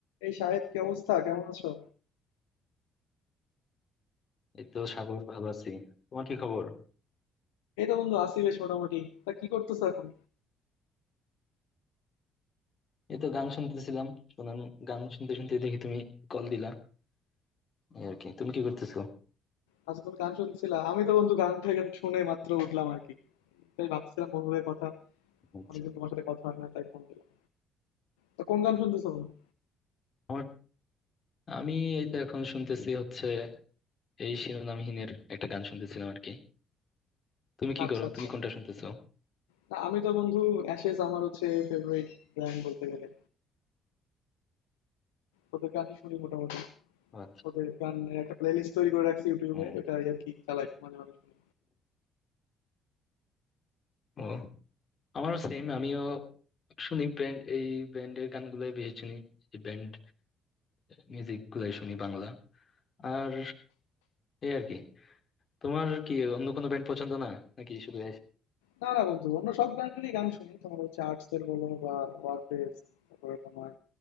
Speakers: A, on the left; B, on the left.
A: এই শাহেদ কি অবস্থা কেমন আছো
B: এই তো সাগর ভালো আছি তোমার কি খবর
A: এই তো বন্ধু আছি বেশ মোটামুটি তা কি করতেছো এখন
B: এই তো গান শুনতেছিলাম শোনান গান শুনতে শুনতে দেখি তুমি কল দিলা এই আর কি তুমি কি করতেছো
A: আচ্ছা তুমি গান শুনছিলা আমি তো বন্ধু গান থেকে শুনে মাত্র উঠলাম আর কি তাই ভাবছিলাম বন্ধুদের কথা
B: আচ্ছা
A: অনেকদিন তোমার সাথে কথা হয় না তাই ফোন দিলাম তা কোন গান শুনতেছো বন্ধু
B: আমার আমি এই তো এখন শুনতেছি হচ্ছে এই শিরোনামহীনের একটা গান শুনতেছিলাম আর কি তুমি কি
A: আচ্ছা
B: করো
A: আচ্ছা
B: তুমি কোনটা শুনতেছো
A: তা আমি তো বন্ধু অ্যাশেজ আমার হচ্ছে ফেভারিট ব্যান্ড বলতে গেলে ওদের গানই শুনি মোটামুটি
B: ও আচ্ছা
A: ওদের গানের একটা প্লেলিস্ট তৈরি করে রাখছি ইউটিউবে
B: ও
A: ওটা আর কি চালাই মাঝে মাঝে শুনি
B: ও আমারও সেম আমিও শুনি ব্যান্ড এই ব্যান্ডের গানগুলোই বেশি শুনি এই ব্যান্ড মিউজিক গুলাই শুনি বাংলা আর এই আর কি তোমার কি অন্য কোনো ব্যান্ড পছন্দ না নাকি শুধু
A: না না বন্ধু অন্য সব ব্যান্ডেরই গান শুনি তোমার হচ্ছে আর্টসের বলো বা ওয়ারফেস তারপরে তোমার